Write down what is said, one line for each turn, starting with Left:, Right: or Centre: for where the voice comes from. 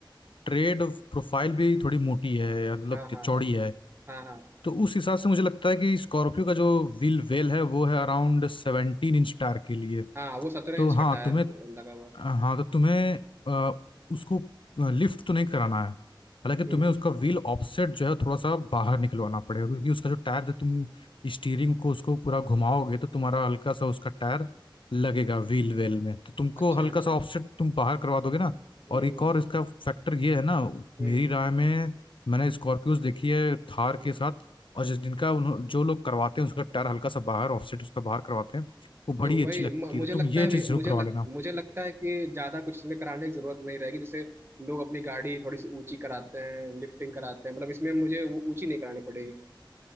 Left: ट्रेड प्रोफाइल भी थोड़ी मोटी है या मतलब
Right: हाँ हाँ
Left: कि चौड़ी
Right: हाँ
Left: है
Right: हाँ हाँ
Left: तो उस हिसाब से मुझे लगता है कि स्कॉर्पियो का जो व्हील वेल है वो है अराउंड सेवनटीन इंच टायर के लिए
Right: हाँ वो सत्रह
Left: तो
Right: इंच का
Left: हाँ
Right: टायर
Left: तुम्हें
Right: लगा हुआ है।
Left: हाँ तो तुम्हें अ, उसको लिफ्ट तो नहीं कराना है हालांकि
Right: हम्म
Left: तुम्हें उसका व्हील ऑफसेट जो है थोड़ा सा बाहर निकलवाना पड़ेगा क्योंकि उसका जो टायर है तुम स्टीयरिंग को उसको पूरा घुमाओगे तो तुम्हारा हल्का सा उसका टायर लगेगा व्हील वेल में तो तुमको
Right: अच्छा
Left: हल्का
Right: अच्छा
Left: सा ऑफसेट तुम बाहर करवा दोगे ना
Right: हम्म
Left: और एक
Right: हम्म
Left: और इसका फैक्टर ये है ना
Right: हम्म
Left: मेरी राय में मैंने स्कॉर्पियोज देखी है थार
Right: हम्म
Left: के साथ और जिस जिनका
Right: हम्म।
Left: उन्हों- जो लोग करवाते हैं उसका टायर हल्का सा बाहर ऑफसेट उसका बाहर करवाते हैं वो बड़ी
Right: तो वही
Left: अच्छी लगती
Right: म- मुझे
Left: है तो तुम
Right: लगता
Left: ये
Right: है
Left: चीज़ जरूर
Right: मुझे
Left: करवा
Right: लग,
Left: लेना
Right: मुझे लगता है कि ज्यादा कुछ इसमें कराने की जरूरत नहीं रहेगी जैसे लोग अपनी गाड़ी थोड़ी सी ऊंची कराते हैं लिफ्टिंग कराते हैं मतलब इसमें मुझे वो ऊंची नहीं करानी पड़ेगी